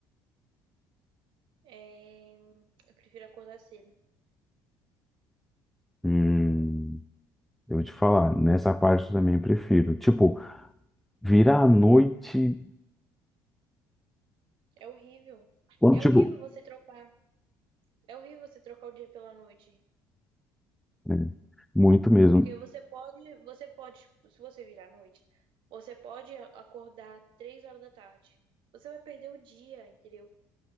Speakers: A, on the right (about 65°); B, in the centre.
A: É, Eu prefiro acordar cedo.
B: Hum, eu vou te falar, nessa parte eu também prefiro. Tipo, Vira à noite,
A: É horrível.
B: quando,
A: É
B: tipo,
A: horrível você trocar. É horrível você trocar o dia pela noite,
B: é, muito mesmo.
A: porque você pode, você pode, tipo, se você virar à noite, você pode acordar três horas da tarde. Você vai perder o dia, entendeu?